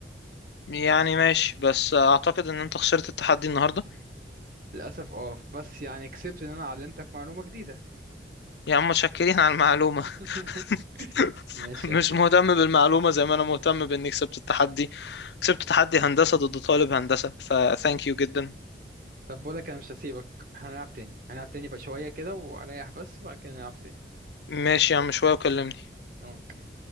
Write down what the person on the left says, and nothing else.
يعني ماشي بس اعتقد ان انت خسرت التحدي النهارده
يا عم متشكرين على المعلومه
<laughs>
مش مهتم بالمعلومه زي ما انا مهتم باني كسبت التحدي كسبت تحدي هندسه ضد طالب هندسه فثانك يو جدا
وماشي يا عم شويه وكلمني